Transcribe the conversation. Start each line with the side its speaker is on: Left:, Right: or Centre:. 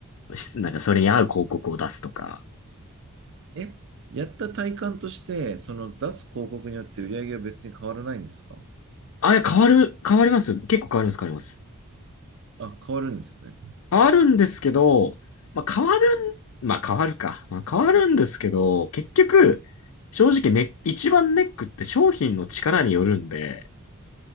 Left: しなんかそれに合う広告を出すとか、
Right: え、やった体感として、その出す広告によって売り上げは別に変わらないんですか
Left: あ、いや、変わる、変わりますよ。結構変わります、変わります。
Right: あ、変わるんですね。
Left: 変わるんですけど、まあ、変わるん、まあ、変わるか。まあ、変わるんですけど、結局、正直ね、一番ネックって商品の力によるんで、